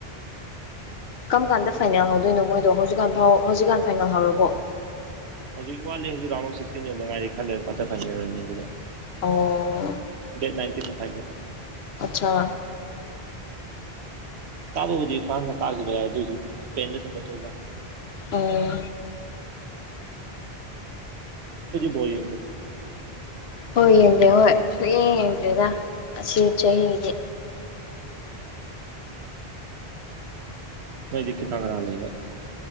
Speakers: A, on the left; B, on the right.
A: ꯀꯔꯝ ꯀꯥꯟꯗ ꯐꯥꯏꯅꯦꯜ ꯍꯧꯗꯣꯏꯅꯣ ꯃꯣꯏꯗꯣ ꯍꯧꯖꯤꯛꯀꯥꯟ ꯐꯥꯎ ꯍꯧꯖꯤꯛꯀꯥꯟ ꯐꯥꯏꯅꯦꯜ ꯍꯧꯔꯕꯣ
B: ꯍꯧꯖꯤꯛ ꯋꯥꯠꯂꯤ ꯍꯧꯖꯤꯛ ꯔꯥꯎ ꯑꯣꯐ ꯁꯤꯛꯁꯇꯤꯟ ꯌꯥꯎꯗ ꯉꯥꯏꯔꯤ ꯈꯜꯂꯦ ꯈꯠꯇ ꯐꯅꯤꯔꯅꯤ ꯑꯗꯨꯗ
A: ꯑꯣ
B: ꯗꯦꯠ ꯅꯥꯏꯟꯇꯤꯟꯗ ꯐꯥꯡꯒꯦ
A: ꯑꯆꯥ
B: ꯇꯥꯕꯕꯨꯗꯤ ꯐ꯭ꯔꯥꯟꯁꯅ ꯇꯥꯈꯤꯕ ꯌꯥꯏ ꯑꯗꯨꯑꯣꯏꯁꯨ ꯏꯁꯄꯦꯟꯗ ꯁꯞꯄꯣꯔꯠ ꯇꯧꯕ ꯍꯥꯏꯅꯤ
A: ꯑꯣ
B: ꯃꯣꯣꯏ
A: ꯍꯣꯏ ꯌꯦꯡꯗꯦ ꯍꯣꯏ ꯁꯨꯛꯌꯦꯡ ꯌꯦꯡꯗ꯭ꯔꯦꯗ ꯑꯁꯤ ꯆꯍꯤꯒꯤꯗꯤ
B: ꯅꯣꯏꯗꯤꯀ ꯇꯥꯡ ꯀꯥꯡ ꯂꯩꯕ